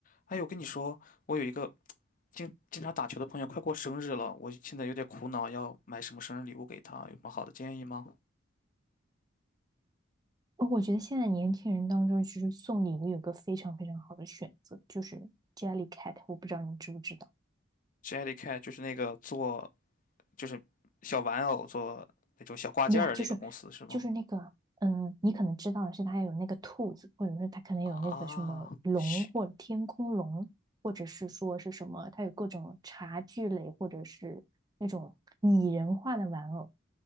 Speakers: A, on the left (about 40°); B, on the right (about 20°).
A: 哎，我跟你说，我有一个经经常打球的朋友，快过生日了，我现在有点苦恼，要买什么生日礼物给他？有什么好的建议吗
B: 哦，我觉得现在年轻人当中，就是送礼物有个非常非常好的选择，就是 Jellycat，我不知道你知不知道
A: ？Jelly Cat 就是那个做就是小玩偶做那种小挂件儿的那个公司是吗？
B: 呀就是就是那个，嗯，你可能知道的是它有那个兔子，或者是它可能有那个什么龙或者天空龙，
A: 啊，是
B: 或者是说是什么，它有各种茶具类或者是那种拟人化的玩偶，